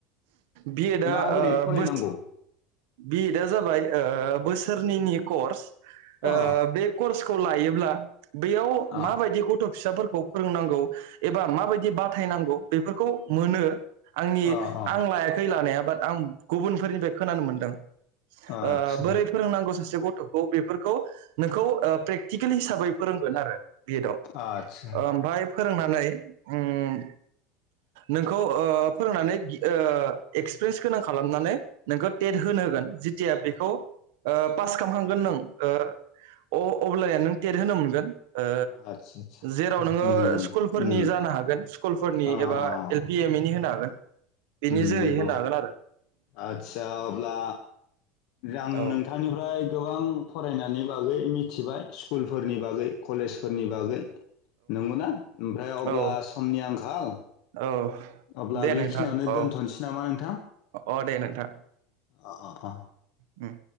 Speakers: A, on the right; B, on the left.
A: बि एडआ
B: माबोरै
A: ओ
B: फरायनांगौ
A: बोस बि एडआ जाबाय बोसोरनैनि कर्स।
B: अ
A: ओ बे कर्सखौ लायो ब्ला बेयाव
B: अ
A: माबायदि गथ' फिसाफोरखौ फोरोंनांगौ एबा माबायदि बाथायनांगौ? बेफोरखौ मोनो आंनि
B: अ अ
A: आं लायाखै लानाया। बाट आं गुबुनफोरनिफ्राय खोनानो मोनद दों। ओ
B: आदसा
A: बोरै फोरोंनांगौ सासे से गथ'खौ बेफोरखौ नोंखौ प्रेक्टिकेल हिसाबै फोरोंगोन आरो। बि एडआव
B: आदसा
A: ओमफ्राय फोरोंना नानै ओम नोंखौ फोरोंनानै एक्सपिरियेन्स गोनां खालामनानै नोंखो टेट होनो होगोन जिथिया बेखौ ओ पास खालामखांगोन नों ओ अ-अब्ला नों टेट होनो मोनगोन। ओ
B: आदसा आदसा
A: जेराव
B: उम
A: नोङो स्कुलफोरनि
B: उम
A: जानो हागोन स्कुलफोरनि
B: अ अ
A: एबा एल पि एम इ नि होनो हागोन। <inaudible>
B: उम
A: जोहै
B: नंगौ
A: होनो हागोन आरो
B: आतसा। अब्ला आं
A: औ
B: नोंथांनिफ्राय गोबां फरायनायनि बागै मिथिबाय स्कुलफोरनि बागै कलेजफोरनि बागै नंगौनाा ओमफ्राय अब्ला
A: औ
B: समनि आंखाल
A: औ
B: अब्ला
A: दे
B: बेखिनियावनो
A: नोंथां औ
B: दोन्थ'नोसै नामा नोंथां।
A: अ दे नोंथां।
B: अ अ अ।
A: उम।